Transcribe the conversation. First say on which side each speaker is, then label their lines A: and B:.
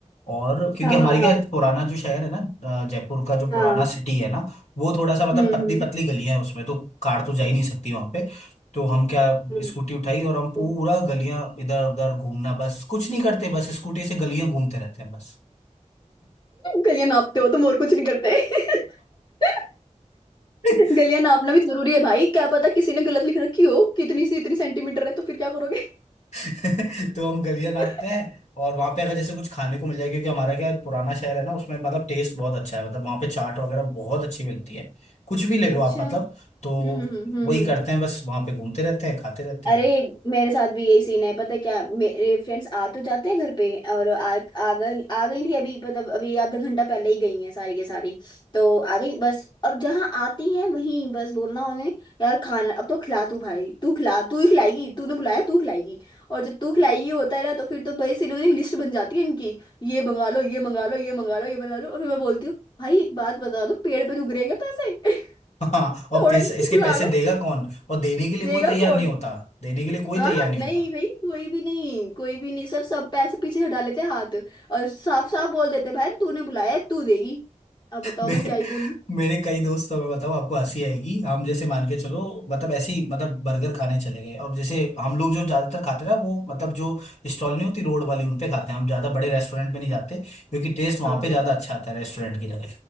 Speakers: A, on the left (about 65°); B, on the left (about 35°).
A: और क्योंकि
B: हाँ
A: हमारे
B: हाँ हाँ
A: क्या है, पुराना जो शहर है ना अ, जयपुर का जो पुराना
B: हाँ
A: सिटी है ना वो थोड़ा सा मतलब
B: हम्म
A: पतली पतली गलियां है उसमें तो कार तो जा ही नहीं सकती वहां पे तो हम क्या
B: हम्म
A: स्कूटी उठाई और हम पूरा
B: हम्म।
A: गलियां इधर उधर घूमना बस कुछ नहीं करते बस स्कूटी से गलियां घूमते रहते हैं बस
B: गलियां नापते हो तुम और कुछ नहीं करते <laughs>
A: <laughs>
B: गलियां नापना भी जरूरी है भाई क्या पता किसी ने गलत लिख रखी हो कितनी सी इतनी सेंटीमीटर है तो फिर क्या करोगे
A: <laughs> तो हम गलियां नापते
B: <laughs>
A: हैं और वहां पे अगर जैसे कुछ खाने को मिल जाए क्योंकि हमारा क्या है, पुराना शहर है ना उसमें मतलब टेस्ट बहुत अच्छा है मतलब वहां पे चाट वगैरह बहुत अच्छी मिलती है कुछ भी ले लो
B: अच्छा
A: आप मतलब
B: हम्म
A: तो
B: हम्म हम्म
A: वही करते हैं बस वहां पे घूमते रहते हैं खाते रहते
B: अरे
A: हैं
B: मेरे साथ भी यही सीन है पता है क्या मेरे फ्रेंड्स आ तो जाते हैं घर पे और आ आ गई आ गई थी अभी मतलब अभी आधा घंटा पहले ही गई हैं सारी के सारी तो आ गई बस और जहाँ आती हैं वहीं बस बोलना उन्हें यार खाना अब तो खिला तू भाई तू खिला तू ही खिलाएगी तूने बुलाया तू खिलाएगी और जब तू खिलाएगी होता है ना तो फिर तो भाई सीनों की लिस्ट बन जाती है इनकी ये मंगा लो ये मंगा लो ये मंगा लो ये मंगा लो और फिर मैं बोलती हूँ भाई एक बात बता दो पेड़ पे उग रहे हैं क्या पैसे <laughs>
A: <laughs> हाँ और
B: थोड़ा
A: पैसे
B: इनको
A: इसके
B: बुला
A: पैसे
B: लो
A: देगा कौन और देने के लिए
B: देगा
A: कोई तैयार
B: कौन
A: नहीं होता देने के लिए कोई
B: हाँ
A: तैयार
B: हाँ,
A: नहीं
B: नहीं
A: होता
B: भाई कोई भी नहीं कोई भी नहीं सब सब पैसे पीछे हटा लेते हैं हाथ और साफ साफ बोल देते हैं, भाई तूने बुलाया है तू देगी अब बताओ
A: मेरे
B: मैं क्या ही बोलूं
A: मेरे कई दोस्त तो मैं बताऊँ आपको हंसी आएगी हम जैसे मान के चलो मतलब ऐसे ही मतलब बर्गर खाने चले गए अब जैसे हम लोग जो ज्यादातर खाते हैं ना वो मतलब जो स्टॉल नहीं होती रोड वाली उन पे खाते हैं हम ज्यादा बड़े रेस्टोरेंट में नहीं जाते क्योंकि टेस्ट वहां
B: हाँ
A: पे
B: हाँ
A: ज्यादा अच्छा आता है रेस्टोरेंट की जगह